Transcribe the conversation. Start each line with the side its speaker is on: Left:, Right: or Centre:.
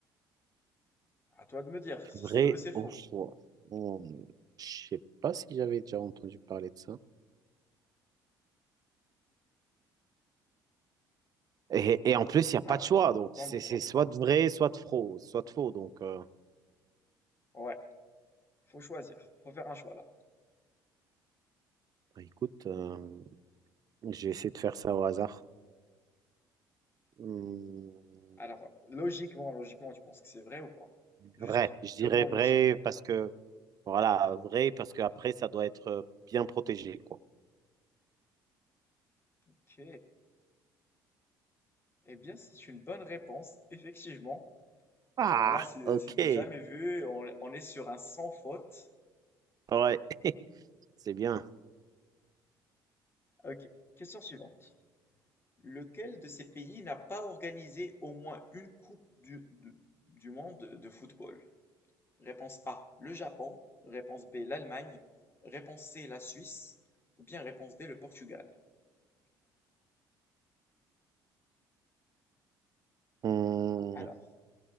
Left: À toi de me dire si
Right: Vrai
Left: c'est vrai ou c'est faux.
Right: au froid. Hmm, Je sais pas si j'avais déjà entendu parler de ça. Et, et en plus, il n'y a
Left: Alors,
Right: pas de choix. Donc,
Left: t'en
Right: c'est
Left: dis
Right: c'est
Left: quoi?
Right: soit de vrai, soit de faux, soit de faux. Donc, euh,
Left: Ouais, faut choisir. Faut faire un choix là.
Right: bah, écoute, euh, je vais essayer de faire ça au hasard. Hmm,
Left: Alors, euh, logiquement, logiquement, tu penses que c'est vrai ou pas? Juste
Right: vrai. Je dirais
Left: purement
Right: vrai
Left: logiquement.
Right: parce que, voilà, vrai parce que après ça doit être euh, bien protégé, quoi.
Left: Ok. Eh bien, c'est une bonne réponse, effectivement.
Right: Ah,
Left: Alors là, c'est
Right: ok.
Left: c'est du jamais vu. On, on est sur un sans faute.
Right: Ouais, <laughs> c'est bien.
Left: Ok. Question suivante. Lequel de ces pays n'a pas organisé au moins une Coupe du, du- du monde de football? Réponse A, le Japon. Réponse B, l'Allemagne. Réponse C, la Suisse. Ou bien réponse D, le Portugal.
Right: Hmm,
Left: Alors,